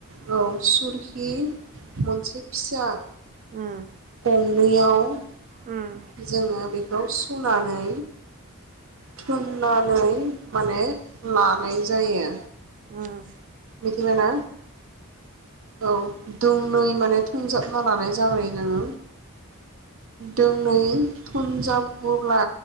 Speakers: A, on the right; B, on the right.
A: औ। थुरखि मोनसे फिसा
B: उम।
A: मोननैआव
B: उम।
A: जोङो बेखौ सुनानै थुननानै माने मा सनाय जायो।
B: उम।
A: बिदिनो ना। औ दं नै माने थुनजाबना लानाय जाग्रो जङो दोंनै थुनजाबोबब्ला